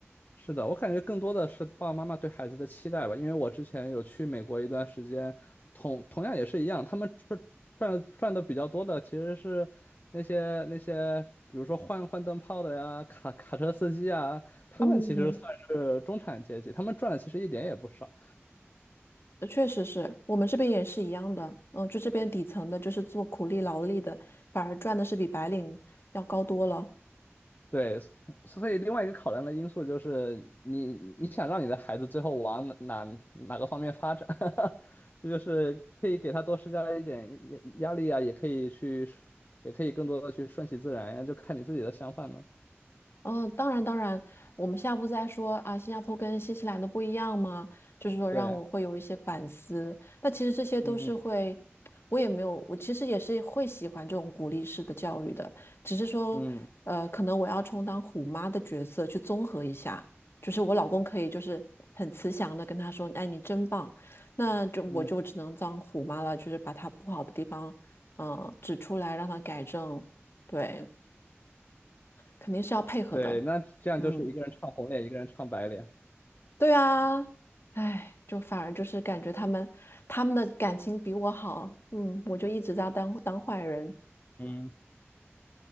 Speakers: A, on the left; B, on the left.
A: 是的，我感觉更多的是爸爸妈妈对孩子的期待吧，因为我之前有去美国一段时间，同同样也是一样，他们赚赚赚的比较多的其实是那些那些，比如说换换灯泡的呀，卡卡车司机啊，他们其实算是中产阶级，
B: 嗯，
A: 他们赚的其实一点也不少。
B: 呃确实是我们这边也是一样的。嗯，就这边底层的，就是做苦力劳力的，反而赚的是比白领要高多了。
A: 对，所所以另外一个考量的因素就是你你你想让你的孩子最后往哪哪哪个方面发展，<laughs> 这就是可以给他多施加一点压压力啊，也可以去，也可以更多的去顺其自然呀，就看你自己的想法呢。
B: 嗯，当然当然，我们下步再说啊，新加坡跟新西兰的不一样吗？就是说让我会有一些反思。
A: 对，
B: 那其实这些都是会，
A: 嗯嗯
B: 我也没有，我其实也是会喜欢这种鼓励式的教育的，只是说，
A: 嗯
B: 呃，可能我要充当虎妈的角色去综合一下，就是我老公可以就是很慈祥的跟他说，哎，你真棒，那就我就只能当虎妈了，
A: 嗯，
B: 就是把他不好的地方，嗯、指出来让他改正，对，肯定是要配合的，
A: 对，那这样就是一个人唱红脸，
B: 嗯。
A: 一个人唱白脸。
B: 对啊，哎，就反而就是感觉他们他们的感情比我好，嗯，我就一直在当当坏人。
A: 嗯。